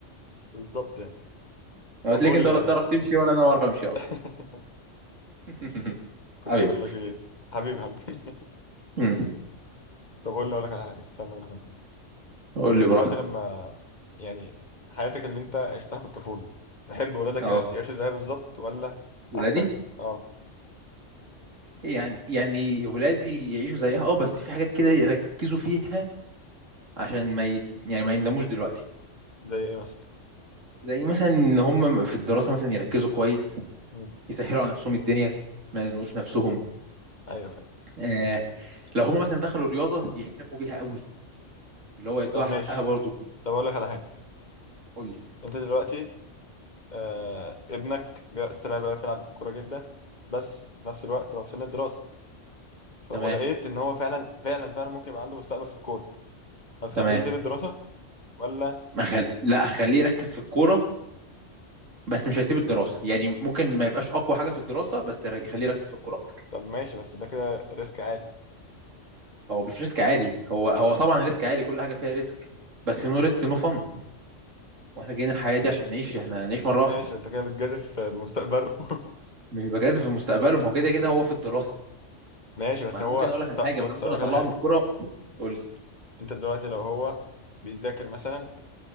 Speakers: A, on the left (about 35°); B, on the right (about 85°).
A: بالظبط يعني
B: هتلاقيك
A: طب قول
B: انت
A: لي
B: ولا
A: يعني
B: بتعرف تمشي ولا انا بعرف امشي اصلا
A: <laughs>
B: <laughs>
A: كنت
B: حبيبي
A: اقول لك ايه حبيبي حبيبي
B: امم
A: <laughs> طب قول لي اقول لك على حاجه استنى اقول لك على حاجه
B: قول
A: انت
B: لي
A: دلوقتي
B: براحتك
A: لما يعني حياتك اللي انت عشتها في الطفوله تحب ولادك
B: اه
A: يعيشوا زيها بالظبط ولا
B: ولادي
A: احسن اه
B: يعني يعني ولادي يعيشوا زيها اه بس في حاجات كده يركزوا فيها عشان ما ي... يعني ما يندموش دلوقتي
A: زي ايه مثلا
B: زي مثلا ان هم في الدراسه مثلا يركزوا كويس
A: مم.
B: يسهلوا على نفسهم الدنيا ما يزنقوش نفسهم
A: ايوه فاهم
B: آه لو هم مثلا دخلوا رياضه يهتموا بيها قوي اللي هو يدوها
A: طب ماشي
B: حقها برضه
A: طب اقول لك على حاجه
B: قول لي
A: انت دلوقتي آه ابنك جا- طلع بقى يلعب كوره جدا بس في نفس الوقت هو في سن الدراسه ف- ولقيت
B: تمام
A: ان هو فعلا فعلا فعلا ممكن يبقى عنده مستقبل في الكون هتخليه
B: تمام
A: يسيب الدراسه ولا
B: ما خل... لا خليه يركز في الكوره بس مش هيسيب الدراسه يعني ممكن ما يبقاش اقوى حاجه في الدراسه بس ير- خليه يركز في الكوره اكتر
A: طب ماشي بس ده كده ريسك عالي
B: هو مش ريسك عالي هو هو طبعا ريسك عالي كل حاجه فيها ريسك بس نو ريسك نو فن واحنا جايين الحياه دي عشان نعيش احنا هنعيش مره واحده
A: ماشي انت كده بتجازف بمستقبله <laughs>
B: مش بجاذب مستقبله ما هو كده كده هو في الدراسه
A: ماشي بس
B: ما انا
A: هو
B: ممكن اقول لك على
A: طب
B: حاجه
A: بص
B: ما انا ممكن
A: اقول
B: اطلعه
A: لك على حاجه
B: من الكوره تقول لي
A: انت دلوقتي لو هو بيذاكر مثلا